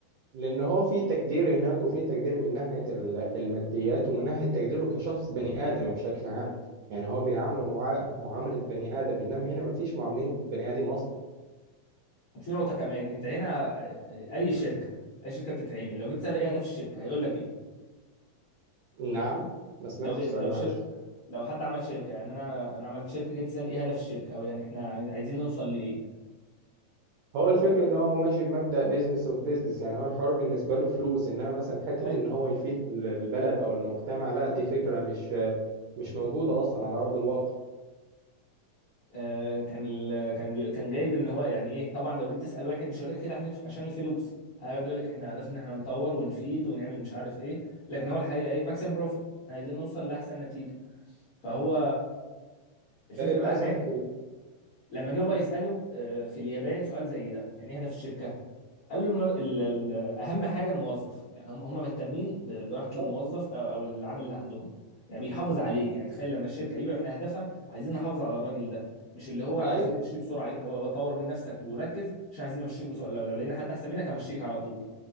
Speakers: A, on the right; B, on the left.
A: لان هو في تقدير هناك وفي تقدير من ناحية ال- الماديات ومن ناحية تقديره كشخص بني آدم بشكل عام يعني هو بيعامله مع... معاملة بني آدم انما هنا مفيش معاملين بني آدم اصلا
B: وفي نقطه كمان انت هنا آه، اي شركه اي شركه بتتعمل لو جيت تسال ايه هدف الشركه هيقول لك ايه
A: نعم ما سمعتش
B: لو جي...
A: السؤال
B: لو
A: معلش
B: شركه لو حد عمل شركه يعني انا انا عملت شركه جيت تسالني ايه هدف الشركه او يعني احنا عايز- عايزين نوصل لايه
A: هو الفكرة ان هو ماشي بمبدأ بيزنس اوف بيزنس يعني هو الحوار بالنسبة له فلوس انما مثلا حتة
B: ايوه
A: ان هو يفيد ال- البلد او المجتمع لا دي فكرة مش مش موجودة اصلا على ارض الواقع
B: آه كان ال... كان بي- كان جايب ان هو يعني ايه طبعا لو جيت تسال واحد مش هيقول لك كده عشان عشان الفلوس هيقعد يقول لك احنا هدفنا ان احنا نطور ونفيد ونعمل مش عارف ايه لكن هو الحقيقه ايه ماكسيم بروفيت احنا عايزين نوصل لاحسن نتيجه فهو الفكره
A: ده للأسف
B: بقى هناك لما جه بقى يساله آه، في اليابان سؤال زي ده يعني ايه هدف الشركه قال له المر... ال... ال... اهم حاجه الموظف يعني هم هم مهتمين ب- براحه
A: بالظبط
B: الموظف او او العامل اللي عندهم يعني بيحافظ عليه يعني تخيل لما الشركه يبقى من اهدافها عايزين نحافظ على الراجل ده مش اللي هو عايزين
A: أيوه
B: نمشيه بسرعه عايز- هو هو طور من نفسك وركز عشان عايزين نمشيك بسرعه لو, لو لقينا حد احسن منك همشيك على طول